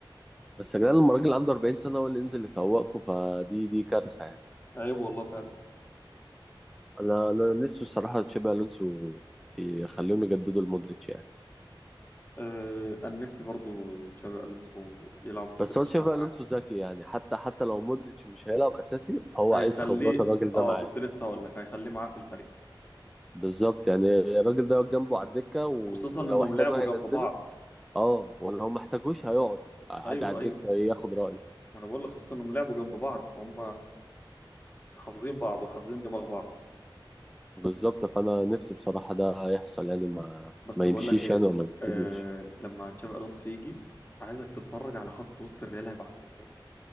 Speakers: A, in the centre; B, on the left.
A: بس يا جدعان لما راجل عنده 40 سنة هو اللي ينزل يفوقكوا فدي دي كارثة يعني
B: عيب والله فعلا
A: انا انا نفسي الصراحة تشابي الونسو يخليهم يجددوا لمودريتش يعني
B: آه انا نفسي برضو تشابي الونسو يلعب مودريتش
A: بس هو تشابي
B: ده معاه
A: الونسو ذكي يعني حتى حتى لو مودريتش مش هيلعب اساسي فهو
B: هيخليه
A: عايز خبرات الراجل ده
B: اه
A: معاه
B: كنت لسه هقول لك هيخليه معاه في الفريق
A: بالظبط يعني الراجل ده واقف جنبه على الدكة ولو
B: خصوصا انهم
A: احتاجه
B: لعبوا
A: هينزله
B: جنب بعض
A: اه ولو ما احتاجوش هيقعد قاعد
B: ايوه
A: على الدكة
B: ايوه
A: ياخد رأيه
B: ما انا بقول لك خصوصا انهم لعبوا جنب بعض فهم حافظين بعض وحافظين دماغ بعض
A: بالظبط فأنا نفسي بصراحة ده يحصل يعني ما
B: بس
A: ما يمشيش
B: بقول لك ايه
A: يعني ولا ما يبتدوش
B: آه لما تشافي الونسو يجي عايزك تتفرج على خط وسط الريال هيبقى عامل ازاي